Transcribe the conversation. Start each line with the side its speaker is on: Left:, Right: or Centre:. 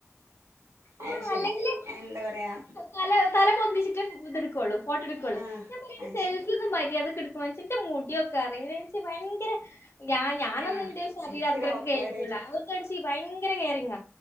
Left: ഓഹ്
Right: അത് ശരി
Left: അല്ലെങ്കിലെ
Right: എന്താ പറയാ
Left: തല തല പൊന്തിച്ചിട്ടേ ഇതെടുക്കൊള്ളൂ ഫോട്ടോ എടുക്കൊള്ളൂ
Right: ആഹ്
Left: ഞാൻ പറയല്
Right: അത്
Left: സെൽഫി
Right: ശരി
Left: <unintelligible> മര്യാദക്കെടുക്ക് മനുഷ്യ എന്റെ മുടിയൊക്കെ <unintelligible> ഭയങ്കര ഞാ ഞാനൊന്നും
Right: ആഹ്
Left: എന്റെ ശരീരം
Right: ഓര്ക്കൊരു
Left: അത്രക്ക്
Right: ഓക്ക്‌വേഡായിരി
Left: കഴ്‌കുളാ <unintelligible> ഭയങ്കര കേയറിങ്ങ